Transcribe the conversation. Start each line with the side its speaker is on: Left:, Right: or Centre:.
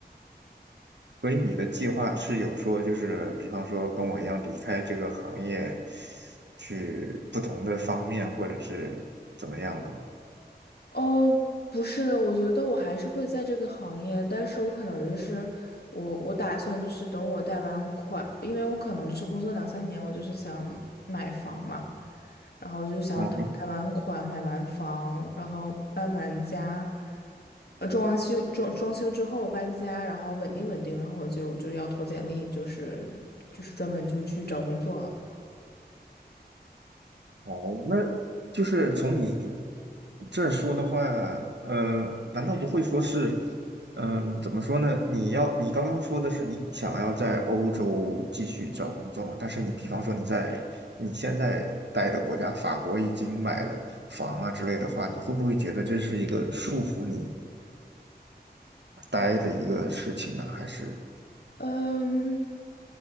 Right: 所以你的计划是有说，就是比方说跟我一样离开这个行业，去不同的方面，或者是怎么样的吗？
Left: 哦，不是的，我觉得我还是会在这个行业，但是我可能就是我我打算就是等我贷完款，因为我可能就是工作两三年，我就是想买房嘛，然后我就想等贷完款、
Right: 嗯哼
Left: 买完房，然后搬完家，呃，装完修装装修之后搬家，然后稳定稳定，然后我就就要投简历，就是就是专门就去找工作了。
Right: 哦，那就是从你这儿说的话，呃，难道不会说是，嗯、怎么说呢？你要你刚刚说的是你想要在欧洲继续找工作嘛？但是你比方说你在你现在待的国家法国已经买了房啊之类的话，你会不会觉得这是一个束缚你待的一个事情呢？还是
Left: 嗯，